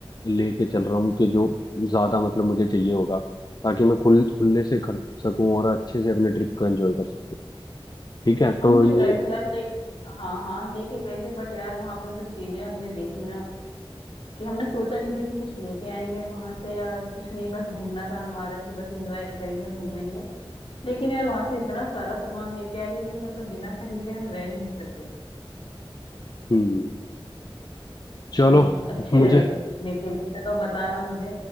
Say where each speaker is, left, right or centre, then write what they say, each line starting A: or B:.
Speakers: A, on the left (about 45°); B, on the left (about 70°).
A: लेके चल रहा हूँ कि जो ज्यादा मतलब मुझे चाहिए होगा ताकि मैं खुल खुले से खर्च सकूं और अच्छे से अपने ट्रिप को एंजॉय कर सकूं ठीक है तो
B: हम भी
A: ये
B: गए थे यार ले हाँ हाँ लेके गए थे बट यार वहां पर जो चीजें हमने देखी ना कि हमने सोचा नहीं था कि कुछ लेके आएंगे वहां से यार कुछ नहीं बस घूमना था हमारा कि बस एंजॉय करेंगे घूमेंगे लेकिन यार वहां से इतना सारा सामान लेके आ गए कि मतलब बिना खरीदे हम रह ही नहीं सके
A: हम्म चलो
B: तो मैं- अच्छी
A: मुझे
B: जगह है घूमने के लिए चलो बताना मुझे